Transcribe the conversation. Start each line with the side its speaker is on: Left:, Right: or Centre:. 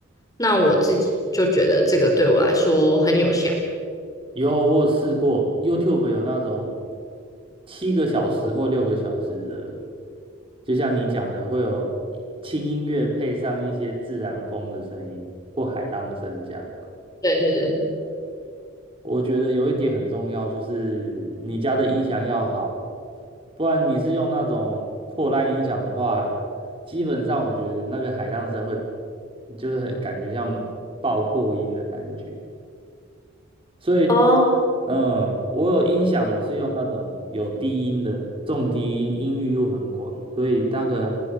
Left: 那我自己就觉得这个对我来说很有效。
Right: 有，我有试过，YouTube 有那种七个小时或六个小时的，就像你讲的，会有轻音乐配上一些自然风的声音或海浪声这样。
Left: 对对对。
Right: 我觉得有一点很重要，就是你家的音响要好，不然你是用那种破烂音响的话，基本上我觉得那个海浪声会，就是很感觉像爆破音的感觉。所以，
Left: 哦
Right: 嗯，我有音响，我是用那种有低音的，重低音，音域又很广，所以那个